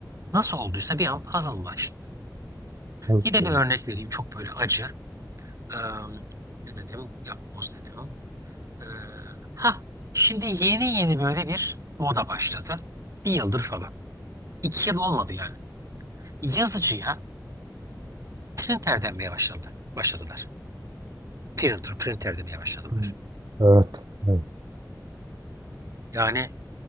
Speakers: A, on the right; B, on the right.
A: Nasıl olduysa bir an puzzle'laştı.
B: Puzzle
A: Yine bir
B: oldu.
A: örnek vereyim çok böyle acı. Em, ne dedim? Yapboz dedim. Ee, ha şimdi yeni yeni böyle bir moda başladı. Bir yıldır falan. İki yıl olmadı yani. Yazıcıya printer denmeye başladı. Başladılar. Printer, printer demeye başladılar.
B: Hı. Evet, evet.
A: Yani